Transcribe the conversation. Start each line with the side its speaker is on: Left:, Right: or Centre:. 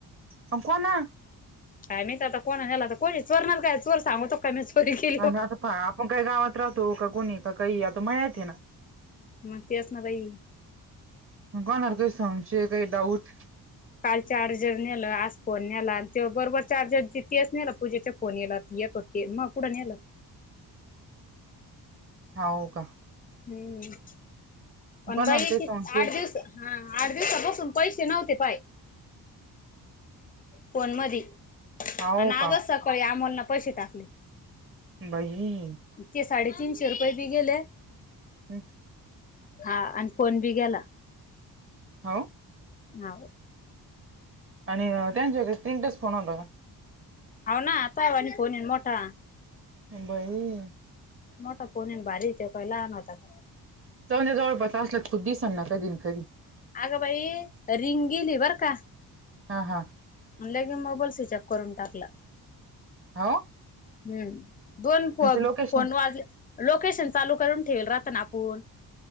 Right: कशाला?
Left: काय माहीत आता कोण नेला आता कोणी चोरणार काय चोर सांगतो पन्नास कोटीची
Right: आणि आता पाहा आपण काय गावात राहतो का कोणी का काही आता माया येते ना
Left: म तेच बाई
Right: कोणावर काय संशय काय डाऊट
Left: काल चार्जर नेला आज फोन नेला आणि ते बरोबर चार्जर च तेच नेला पूजेच्या फोन यला येतो ते मग कुढ नेल.
Right: हाव का
Left: हम्म पण
Right: कोणाला
Left: बाई
Right: काही
Left: ती
Right: संशय
Left: आठ दिवस हा आठ दिवसापासून पैसे नव्हते पाय फोन मधी
Right: हाव
Left: आणि
Right: का
Left: आजच सकाळी आमोलने पैसे टाकले.
Right: बाहीं
Left: ते साडेतीनशे रुपये बी गेले
Right: हम्म.
Left: आं आणि फोन बी गेला.
Right: हाव.
Left: हाव.
Right: आणि त्यांच्या कडे स्क्रीनटच फोन होता का?
Left: हाव ना आता वानी फोन येईन मोठा.
Right: म बाई
Left: मोठा फोन आहे न भारी त्यो काय लहान होता काय.
Right: जाऊदे जवळपास असला तर तो दिसन ना कधी ना कधी.
Left: अग बाई रिंग गेली बरं का
Right: हा हा
Left: अन लगेच मोबाईल स्विच ऑफ करून टाकला.
Right: हाव.
Left: हम्म दोन फो
Right: लोकेशन
Left: फोन वाजल्या. लोकेशन चालू करून ठेवल राहतं ना आपुण